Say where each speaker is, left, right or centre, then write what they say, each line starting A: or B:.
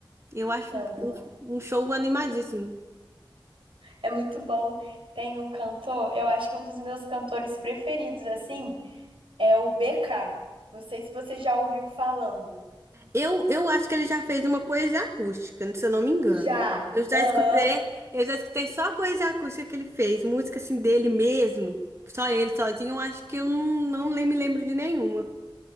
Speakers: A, on the right; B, on the right.
A: Eu acho
B: cantam.
A: um, um show animadíssimo.
B: É muito bom. Tem um cantor, eu acho que um dos meus cantores preferidos, assim, é o BK. Não sei se você já ouviu falando.
A: Eu, eu acho que ele já fez uma poesia acústica, se eu não me engano.
B: Já.
A: Eu já
B: Aham,
A: escutei, eu já escutei só a poesia acústica que ele fez, música assim dele mesmo, só ele sozinho, eu acho que eu não, não lem- me lembro de nenhuma.